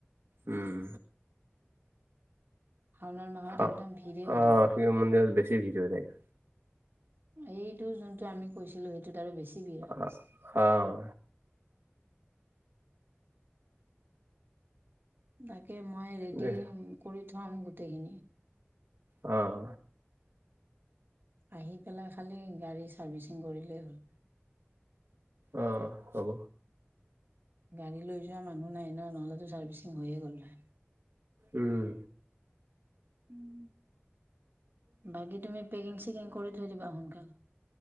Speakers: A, on the right; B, on the right.
A: উম।
B: শাওণৰ মাহত
A: অ'
B: একদম ভিৰেই হৈ
A: অ
B: থাকিব
A: শিৱ মন্দিৰত বেছি ভিৰ হৈ থাকে।
B: এইটো যোনটো আমি কৈছিলো, সেইটোত আৰু বেছি ভিৰ হয়
A: আহ আহ।
B: তাকে, মই ৰেডি
A: দে
B: কৰি থম গোটেইখিনি।
A: অহ।
B: আহি পেলাই খালি গাড়ী চাৰ্ভিচিং কৰিলেই হ'ল।
A: অহ হব।
B: গাড়ী লৈ যোৱা মানুহ নাই ন। নহ'লেতো ছাৰ্ভিচিং হৈয়ে গ'ল হয়।
A: উম।
B: উম। বাকী তুমি পেকিং চেকিং কৰি থৈ দিবা সোনকাল